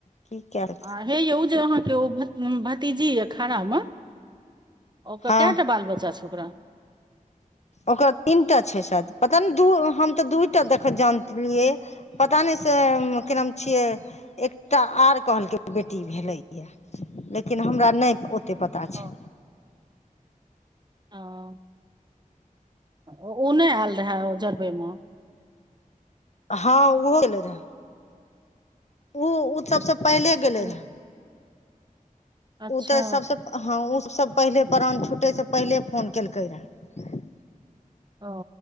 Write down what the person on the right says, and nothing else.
आ हे यौ उ जे अहाँ के उ भतीजी य। खाना मे ओकर
कैटा बाल बच्चा छै ओकरा।
ह
हँ ओ उ नय आयल रहेै ओ जरबै मे।
ओ-
अच्छा
ओ